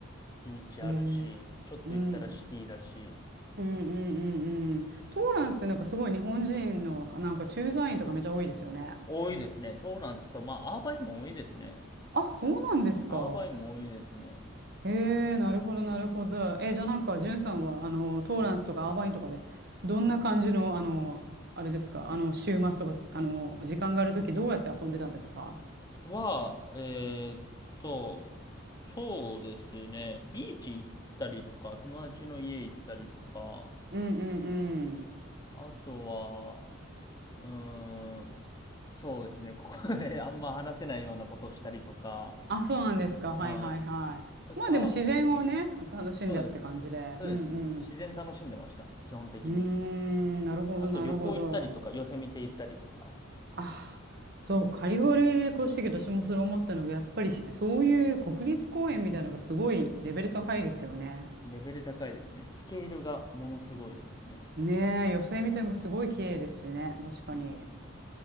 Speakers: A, on the left (about 20°); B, on the right (about 50°).
A: ビーチあるし、
B: え。
A: ちょっと行ったらシティだし。
B: うん。うんうんうんうん。トーランスってなんかすごい日本人のなんか駐在員とかめちゃ多いですよね。
A: 多いですね。トーランスと、まあ、アーバインも多いですね。
B: あ、そうなんですか
A: アーバインも多いですね。
B: ええなるほど、なるほど。えじゃあなんか、ジュンさんは、あの、トーランスとかアーバインとかで、どんな感じの、あの、あれですか、あの、週末とか、あの、時間があるとき、どうやって遊んでたんですか
A: は、えーっと、そうですね、ビーチ行ったりとか、友達の家行ったりとか、
B: うんうんうん。
A: あとは、うーん、そうですね、ここで <laughs> あんま話せないようなことをしたりとか、
B: あ、そうなんですか。
A: はい。
B: はいはいはい。
A: とか、
B: まあでも自然をね、楽しんだって感じで。
A: そうです。そうです。
B: うんうん。
A: 自然楽しんでました、基本的に。
B: うーん、なるほどなるほど。
A: あと旅行行ったりとか、寄せ見て行ったりとか、
B: あ、そう、カリフォルニアに越してきて私もそれ思ったのが、やっぱりしそういう国立公園みたいなのがすごいレベル高いですよね。
A: レベル高いですね。スケールがものすごいですね。
B: ねえ、寄せ見てもすごい綺麗ですしね、確かに。
A: うん。